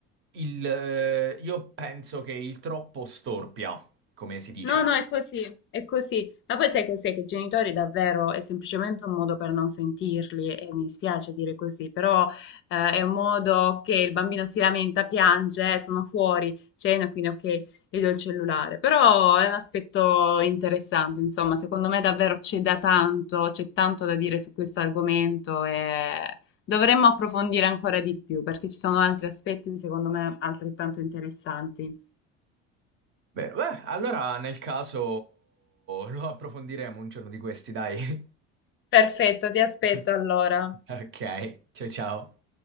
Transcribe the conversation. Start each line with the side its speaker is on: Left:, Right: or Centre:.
Right: il, eh, io penso che il troppo storpia, come si dice.
Left: No, no, è così, è così. Ma poi sai cos'è? Che i genitori davvero è semplicemente un modo per non sentirli e mi dispiace dire così, però eh, è un modo che il bambino si lamenta, piange, "Eh, sono fuori, cena, quindi ok, gli do il cellulare. Però è un aspetto interessante, insomma, secondo me davvero c'è da tanto, c'è tanto da dire su questo argomento e dovremmo approfondire ancora di più perché ci sono altri aspetti, secondo me, altrettanto interessanti.
Right: Vero. Beh, allora nel caso lo approfondiremo un giorno di questi, dai. <laughs>
Left: Perfetto, ti aspetto
Right: <laughs>
Left: allora.
Right: Ok, ciao ciao.